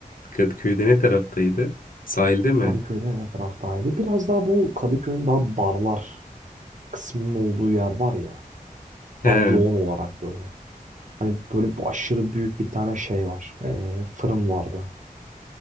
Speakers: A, on the left; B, on the right.
A: Kadıköy'de ne taraftaydı? Sahilde mi?
B: Kadıköy'de hemen taraftaydı. Biraz daha bu Kadıköy'ün daha barlar kısmının olduğu yer var ya
A: He.
B: daha yoğun olarak böyle. Hani böyle bir aşırı büyük bir tane şey var. Ee, fırın vardı.